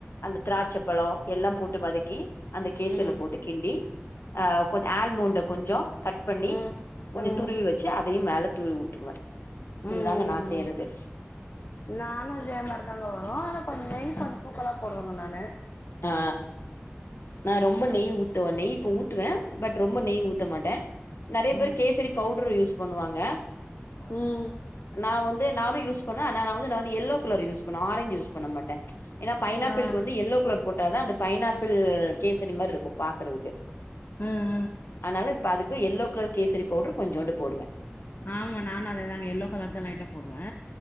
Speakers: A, on the left; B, on the left.
A: அந்த திராட்சப்பழோ எல்லா போட்டு வதக்கி அந்த கேசரில
B: ம்
A: போட்டு கிண்டி ஆ கொஞ்சோ ஆல்மோண்ட கொஞ்சோ கட் பண்ணி
B: ம் ம்
A: கொஞ்சோ
B: ம்
A: துருவி வெச்சு அதயு மேல தூவி உட்ருவே இதுதாங்க
B: ம்
A: நா செய்றது
B: நானு அதே மாரி தாங்க வரு ஆனா கொஞ்சோ நெய் கொஞ்சோ தூக்கலாப் போடுவங்க நானு
A: ஆ நா ரொம்போ நெய் ஊத்துவே நெய் இப்ப ஊத்துவே பட் ரொம்போ நெய் ஊத்த மாட்டே நெறைய
B: ம்
A: பேரு கேசரி பவுட்ரு யூஸ் பண்ணுவாங்க
B: ம்
A: நா வந்து நானு யூஸ் பண்ணுவே ஆனா நா வந்து நா வந்து எல்லோ கலர் யூஸ் பண்ணுவே ஆரஞ்ச் யூஸ் பண்ண மாட்டே ஏனா பைனாப்பிளுக்கு
B: ஆ
A: வந்து எல்லோ கலர் போட்டாதா அந்த பைனாப்பிள் கேசரி மாரிருக்கு பாக்கறக்கு
B: அ
A: அதுனால இப்ப அதுக்கு எல்லோ கலர் கேசரி பவுட்ரு கொஞ்சோண்டு போடுவே
B: ஆமா நானு அதேதாங்க எல்லோ கலர் தா லைட்டா போடுவே